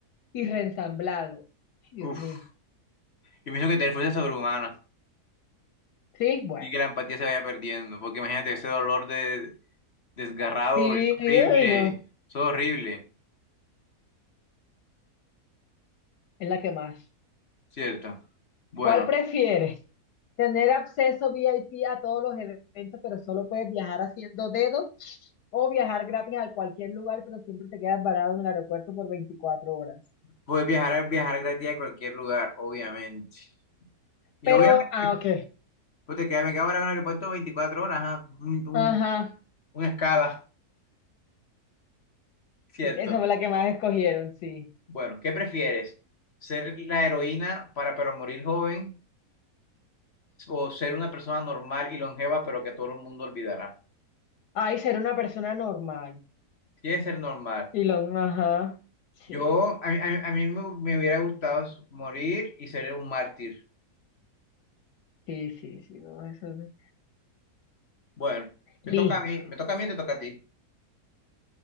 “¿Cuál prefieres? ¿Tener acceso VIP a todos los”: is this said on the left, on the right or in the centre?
Left